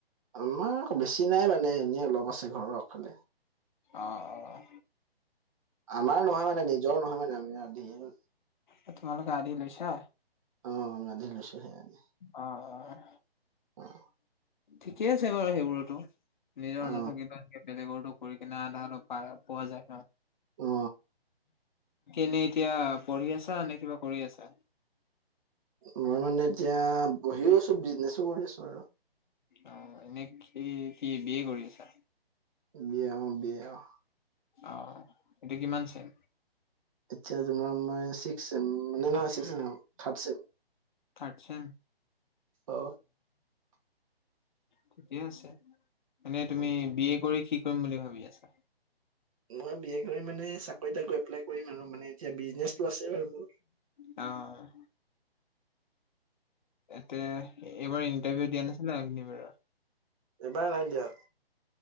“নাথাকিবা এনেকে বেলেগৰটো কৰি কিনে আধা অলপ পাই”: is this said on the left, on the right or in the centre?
Left